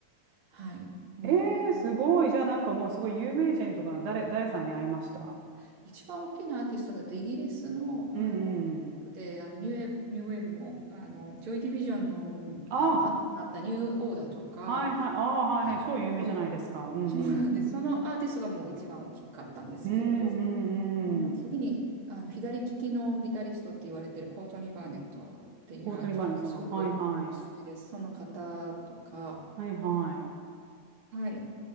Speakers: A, on the right; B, on the right.
A: はい。も
B: ええすごい。じゃあなんかもうすごい有名人とか誰、誰さんに会いました
A: う、一番大きなアーティストだとイギリスの、あの、
B: うんうん。
A: で、あのニューウェーブ、ニューウェーブの、あの、ジョイ・ディビジョンの、
B: あ、
A: あの、後になったニューオーダーとか、
B: はいはい。ああ、はいはい。
A: あと、
B: 超有名じゃないですか。うんうん。
A: そうなんです。そのアーティストがもう一番大きかったんですけど、
B: うんうんうん。
A: その次に、あの、左利きのギタリストって言われてるコートニー・バーネットっていうアーティスト、
B: コートニー・バーヌさん。
A: すごくおすすめです。
B: はいはい。
A: その方とか、
B: はいはい。
A: はい。